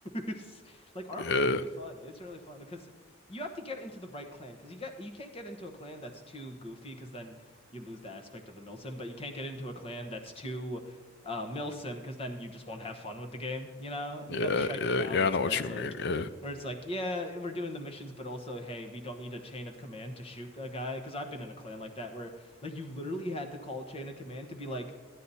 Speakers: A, on the left; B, on the left.
A: news. <laughs> Like Arma's
B: yeah,
A: really fun. It's really fun because you have to get into the right clan because you got you can't get into a clan that's too goofy because then you lose the aspect of the milsim, but you can't get into a clan that's too uh milsim because then you just won't have fun with the game, you know? You
B: yeah,
A: got to strike
B: yeah.
A: the balance
B: yeah, I know
A: where
B: what
A: it's
B: you
A: like
B: mean. Yeah.
A: where it's like, yeah, we're doing the missions, but also, hey, we don't need a chain of command to shoot a guy because I've been in a clan like that where like you literally had to call chain of command to be like,